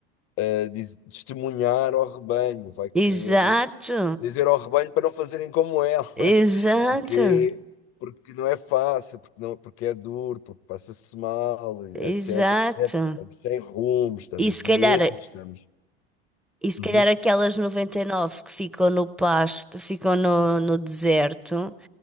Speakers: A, on the left; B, in the centre.
A: eh, diz- testemunhar ao rebanho, vai querer
B: exato,
A: dizer ao rebanho para não fazerem como ela.
B: exato,
A: Porque,
B: exato,
A: porque não é fácil, porque, não, porque é duro, porque passa-se mal, etc,
B: exato.
A: etc. Estamos sem rumo, estamos
B: E se
A: doentes,
B: calhar,
A: estamos.
B: e se
A: Uhum.
B: calhar aquelas 99 que ficam no pasto, ficam no, no deserto,